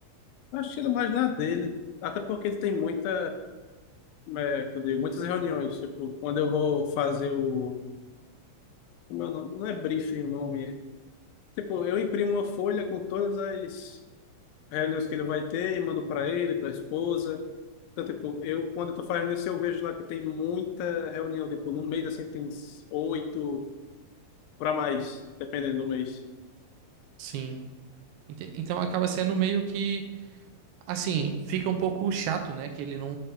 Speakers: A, on the left; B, on the right.
A: Acho que ele mais na dele, até porque ele tem muita, é, que eu digo, muitas reuniões, tipo, quando eu vou fazer o, como é o nome? Não é briefing o nome, é. Tipo, eu imprimo uma folha com todas as reuniões que ele vai ter e mando para ele, para a esposa. Então, tipo, eu, quando eu tô fazendo isso, eu vejo lá que tem muita reunião, tipo, no mês, assim, tem uns oito para mais, dependendo do mês.
B: Sim. Ente- Então acaba sendo meio que, assim, fica um pouco chato, né? Que ele não.